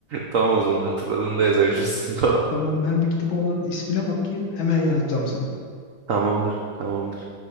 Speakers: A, on the right; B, on the left.
A: Tamam o zaman hatırladığında yazabilirsin <laughs> falan.
B: Tamam ben bir gidip onların ismine bakayım. Hemen yazacağım sana.
A: Tamamdır, tamamdır.